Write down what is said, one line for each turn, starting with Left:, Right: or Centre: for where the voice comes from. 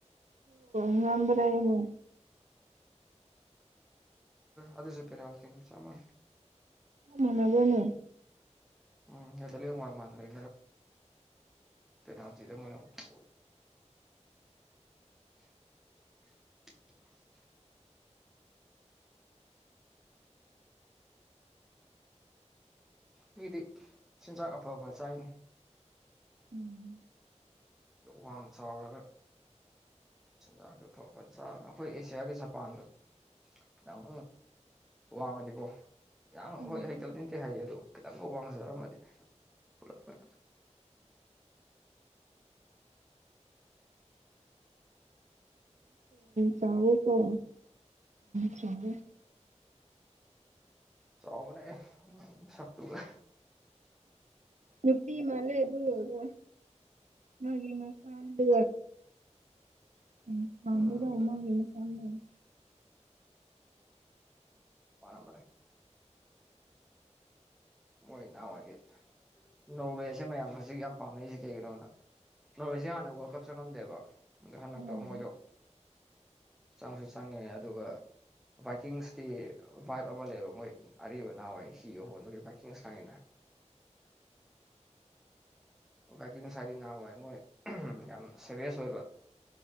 Right: ꯉꯝꯕ꯭ꯔꯅ
Centre: ꯑꯗꯨꯁꯨ ꯄꯦꯔ ꯊ ꯆꯃ
Right: ꯃꯅꯕꯅ
Centre: ꯎꯝ ꯍꯗ ꯂꯩ ꯃꯥ ꯃꯥ ꯂꯩ ꯄꯅꯇꯗ ꯃꯅ ꯎꯊ <inaudible> <unintelligible> ꯃꯤꯗꯤ ꯆꯤꯟꯖꯥꯛ ꯑꯐ ꯑꯐ ꯆꯥꯏꯅꯤ
Right: ꯎꯝ
Centre: ꯋꯥꯡ ꯆꯥꯎꯔꯒ ꯆꯤꯟꯖꯥꯛ ꯐ ꯆꯥ ꯑꯩꯈꯣꯏ ꯑꯦꯁꯤꯌꯥꯒꯤ ꯖꯄꯥꯟꯗ ꯈꯤꯇꯪ ꯋꯥꯡꯉꯗꯤꯀꯣ ꯌꯥꯝꯅ
Right: ꯎꯝ
Centre: ꯍꯣꯏ ꯍꯩꯇꯕꯗꯤ ꯅꯠꯇꯦ ꯍꯥꯏꯌꯦ ꯑꯗꯨꯗꯣ ꯈꯤꯇꯪꯒ ꯋꯥꯡꯖꯔꯝꯃꯗꯤ ꯄꯨꯂꯞ ꯑꯣꯏꯅ
Right: ꯆꯎ ꯀꯣ ꯆꯕꯦ
Centre: ꯆꯥꯎꯣꯕꯅꯦ ꯁ ꯇꯣꯒ
Right: ꯎꯄꯤ ꯃꯂꯦ ꯑꯗꯨ ꯃꯥꯦ ꯃꯁꯥꯟꯒ ꯎꯝ ꯃꯕꯨꯗ
Centre: ꯎꯝ
Right: ꯑꯣꯃ ꯂꯩꯜ ꯆꯗꯅꯤ
Centre: ꯋꯥꯔꯝꯕꯂꯦ ꯃꯣꯏ ꯏꯅꯥꯍꯎꯋꯥꯏꯒꯤ ꯅꯣꯕꯦꯜꯁꯦ ꯃꯌꯥꯝꯅ ꯍꯧꯖꯤꯛ ꯌꯥꯝ ꯄꯥꯝꯅꯔꯤꯁꯦ ꯀꯩꯒꯤꯅꯣꯗ ꯅꯣꯔꯣꯏꯁꯦ ꯍꯥꯟꯅ ꯋꯥꯔꯜ ꯀꯞ ꯆꯪꯉꯝꯗꯦꯕ ꯑꯗꯣ ꯍꯟꯗꯛꯇꯣ
Right: ꯑꯣ
Centre: ꯃꯣꯏꯗꯣ ꯆꯪꯁꯨ ꯆꯪꯉꯦ ꯑꯗꯨꯒ ꯕꯥꯏꯛꯀꯤꯡꯁꯇ ꯚꯥꯏꯞ ꯑꯃ ꯂꯩꯕ ꯃꯣꯏ ꯑꯔꯤꯕ ꯅꯍꯥꯟꯋꯥꯏ ꯁꯤꯒ ꯍꯣꯟꯗꯨꯒꯤ ꯚ ꯁꯉꯗ
Right: <inaudible>
Centre: ꯕꯥꯏꯛꯀꯤꯡ ꯁꯋꯥꯏꯗꯤ ꯍꯋꯥꯏ ꯃꯣꯏ ꯌꯥꯝ ꯁꯦꯚꯁ ꯑꯣꯏꯕ